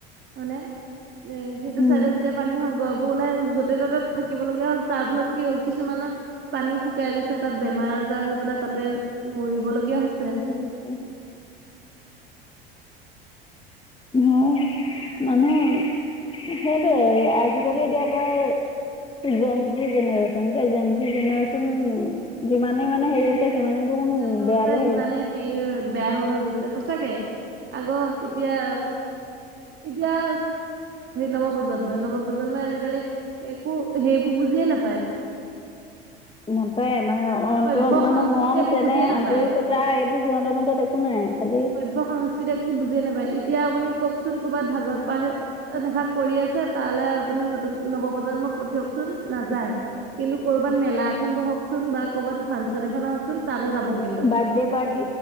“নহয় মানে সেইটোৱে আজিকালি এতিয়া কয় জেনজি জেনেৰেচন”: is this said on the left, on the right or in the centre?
Left